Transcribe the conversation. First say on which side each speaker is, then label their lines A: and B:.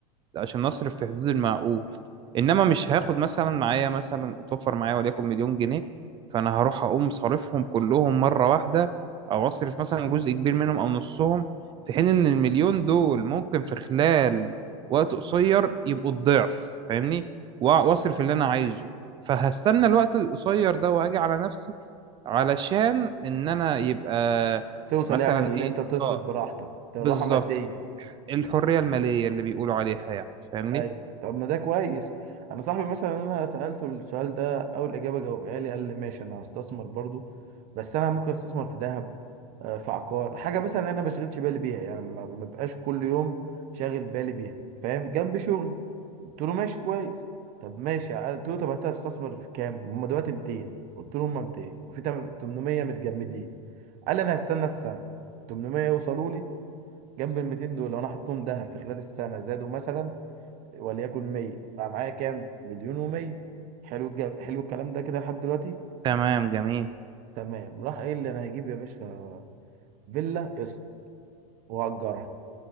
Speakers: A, on the right (about 25°); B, on the right (about 45°).
A: عشان أصرف في حدود المعقول إنما مش هاخد مثلا معايا مثلا اتوفر معايا وليكن مليون جنيه فأنا هروح أقوم صارفهم كلهم مرة واحدة أو أصرف مثلا جزء كبير منهم أو نصهم في حين إن المليون دول ممكن في خلال وقت قصير يبقوا الضعف فاهمني وأ- وأصرف اللي أنا عايزه فهستنى الوقت القصير ده وأجي على نفسي علشان إن أنا يبقى
B: توصل
A: مثلا
B: يعني اللي
A: إيه
B: انت تصرف
A: آه
B: براحتك ده
A: بالظبط
B: راحه ماديه
A: الحرية المالية اللي بيقولوا عليها يعني فاهمني
B: ايوه طب ما ده كويس انا صاحبي مثلا انا سالته السؤال ده اول اجابه جاوبها لي قال لي ماشي انا هستثمر برضو بس انا ممكن استثمر في ذهب آه، في عقار حاجه مثلا انا ما بشغلش بالي بيها يعني ما ما بقاش كل يوم شاغل بالي بيها فاهم جنب شغلي قلت له ماشي كويس طب ماشي قلت له طب انت هتستثمر في كام هم دلوقتي 200 قلت له هم 200 وفي تم- 800 متجمدين قال لي انا هستنى السنه 800 يوصلوا لي جنب ال 200 دول لو انا حطيتهم ذهب في خلال السنه زادوا مثلا وليكن 100 بقى معايا كام مليون و100 حلو الج- حلو الكلام ده كده لحد دلوقتي
A: تمام جميل
B: تمام راح قايل لي انا هجيب يا باشا فيلا قسط وهأجرها